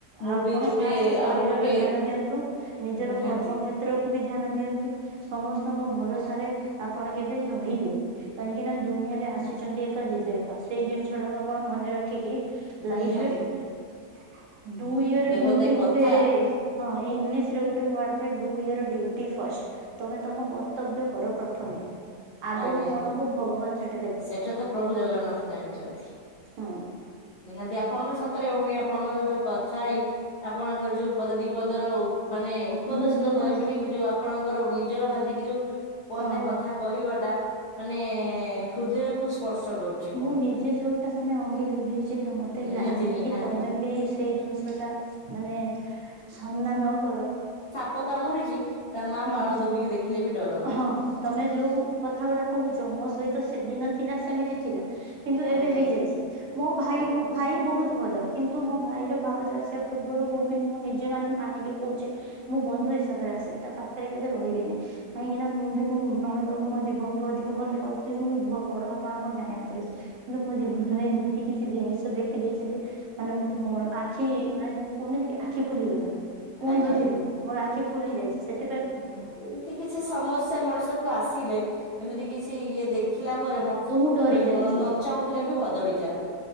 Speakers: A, on the left; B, on the right.
A: ମୁଁ
B: ଆପଣ
A: ବି ଗୋଟେ
B: ଫାଷ୍ଟ ଶରୀରର
A: ଆଉ ଗୋଟେ
B: ଧ୍ୟାନ ଦିଅନ୍ତୁ। ନିଜର
A: ନିହାତି
B: କର୍ମକ୍ଷେତ୍ର ବି ଧ୍ୟାନ ଦିଅନ୍ତୁ। ସମସ୍ତଙ୍କ ଭରସାରେ ଆପଣ କେବେ ରହିବେନି କାହିଁକି ନା ଦୁ ଦୁନିଆରେ ଆସିଛନ୍ତି ଏକା ଯିବେ ଏକା ସେଇ ଜିନିଷ ଟାକୁ ଆପଣ ମନେ ରଖିକି
A: ନିହା
B: ଡୂ ୟୋର ଡିଉଟି
A: ପଦେ
B: ଗୋଟେ
A: କଥା
B: ହଁ ଇଂଲିଶ ରେ ଗୋଟେ ୱାର୍ଡ ଥାଏ ଡୁ ୟୋର ଡିଉଟି ଫାଷ୍ଟ ତମେ ତମ କର୍ତ୍ତବ୍ୟ କର ପ୍ରଥମେ। ଆଗକୁ
A: ଆଜ୍ଞା
B: କଣ
A: ଆଜ୍ଞା
B: ହବ ଭଗବାନ ସେଠ
A: ସେଟା ତ ପ୍ରଭୁ ଜଗନ୍ନାଥ ଜାଣିଛନ୍ତି
B: ହୁଁ
A: ନିହାତି ଆପ ଆପଣଙ୍କ ସତରେ ଭଉଣୀ ଆପଣଙ୍କ ସହିତ କଥା ହେଇ ଆପଣଙ୍କର ଯୋଉ ପଦ ଦିପଦର ମାନେ ଉପଦେଶ
B: ମୁଁ ଯୋଉଟା
A: ତ କହିବିନି ଯୋଉ ଆପଣଙ୍କର ନିଜର ଭାବିକି ଯୋଉ ପଦେ
B: ହଁ
A: କଥା କହିବାଟା ମାନେ ହୃଦୟକୁ ସ୍ପର୍ଶ କରୁଛି ଭଉଣୀ।
B: ମୁଁ ନିଜେ ଯୋଉଟା ମାନେ ଅଙ୍ଗେ ଲିଭେଇଛି ତ ମତେ
A: ନିହାତି
B: ଲାଗିଲା
A: ନିହାତି
B: କି ତମେ ବି ସେଇ ଜି ଜିନିଷଟା ମାନେ ସାମ୍ନା ନ କର
A: ପ କାମୁଡିଛି ତା ମା
B: ହୁଁ
A: ପାଳ ଦୌଡିକି ଦେଖିଲେ ବି ଡରନ୍ତି।
B: ହଁ ତମେ ଯୋଉ କଥା ଗୁଡା କହୁଛ ମୋ ସହିତ ତ ସେ ଦିନ ଥିଲା ସେମିତି ଥିଲା କିନ୍ତୁ
A: ଆଜ୍ଞା
B: ଏବେ ହେଇଯାଇଛି ମୋ ଭାଇ
A: ଆଜ୍ଞା
B: ମୋ ଭାଇ ବହୁତ ଭଲ। କିନ୍ତୁ ମୋ ଭାଇର ଭାଉଜ ଆସିବା ପୂର୍ବରୁ ଭଉଣୀ ମୁଁ ନିଜେ ମାନେ ମାନିକି କହୁଛି ମୁଁ ବନ୍ଧୁ ହିସାବରେ ଆସିବି ତା ପାଖ ଛାଡ଼ି କେବେ ରହିବିନି କାହିଁକିନା ମୁଁ ବି ମୋ ନଣନ୍ଦକୁ ମୋ ଜୀବନଠୁ ଅଧିକ ଭଲ ପାଉଥିଲି ମୁଁ ପର ହା ଆପଣ କଣ ଜାଣିନଥିଲେ କିନ୍ତୁ ମୋ ଜୀବନରେ ଏମିତି କିଛି ଜିନିଷ ଦେଖିଦେଇଛି ଯେ ମାନେ ମତେ ମୋ ଆଖି ମାନେ ଯେମିତି କୁହନ୍ତିନି କି ଆଖି ଖୁଲିଗଲା। ମୁ
A: ଆଜ୍ଞା
B: ଅନ୍ଧ ଥିଲି
A: ଆଜ୍ଞା ନିହାତି
B: ମୋର ଆଖି ଖୁଲି ଯାଇଛି ସେଟା
A: ନିହାତି ଏମିତି କିଛି ସମସ୍ୟା ମଣିଷକୁ ଆସିଲେ ଏମିତି କିଛି ଇଏ ଦେଖ ଥିଲା ପରେ
B: ତ ମୁଁ ଡରି
A: ନ
B: ଯାଇଛି
A: ଚାହୁଁଥିଲେ ବି ବଦଳି ଯାଆନ୍ତି।